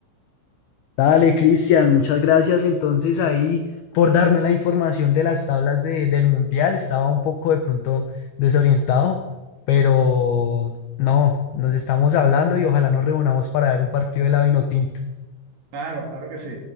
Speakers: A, on the left (about 85°); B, on the right (about 60°).
A: Dale, Cristian, muchas gracias entonces ahí por darme la información de las tablas de- del mundial. Estaba un poco de pronto desorientado, pero no, nos estamos hablando y ojalá nos reunamos para ver un partido de la Vinotinto.
B: Claro, claro que sí.